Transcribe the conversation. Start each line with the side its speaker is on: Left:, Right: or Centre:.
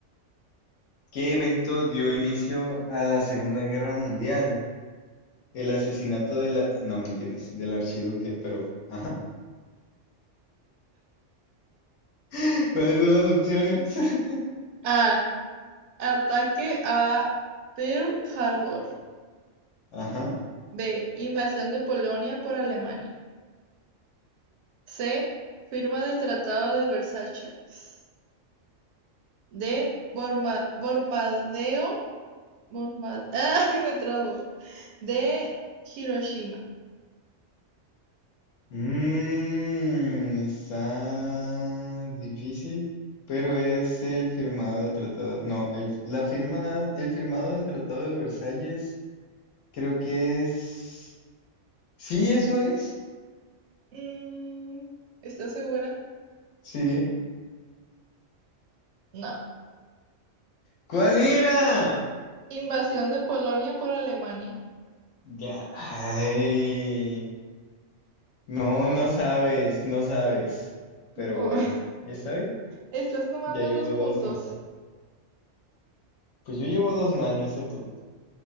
Left: ¿Qué evento dio inicio a la Segunda Guerra Mundial? El asesinato de la... No, mentiras, del archiduque, pero... Ajá. <laughs> ¿Cuáles son las opciones? <laughs>
Right: A. Ataque a Pearl Harbor.
Left: Ajá.
Right: B. Invasión de Polonia por Alemania. C. Firma del Tratado de Versalles. D. Bomba. bombardeo. Bomba. <laughs> Ay, me trabo. D. Hiroshima.
Left: Mm, está difícil, pero es el firmado del tratado. No, el, la firma, el firmado del Tratado de Versalles, creo que es. Sí, eso es.
Right: Mm, ¿estás segura?
Left: Sí.
Right: No.
Left: ¿Cuál era?
Right: Invasión de Polonia por Alemania.
Left: Ya. Ay. No, no sabes, no sabes. Pero
Right: Bu-
Left: bueno,
Right: <laughs>
Left: ¿está bien?
Right: Estás tomando
Left: Ya llevo
Right: los puntos.
Left: dos mal. Pues yo llevo dos mal, no sé tú.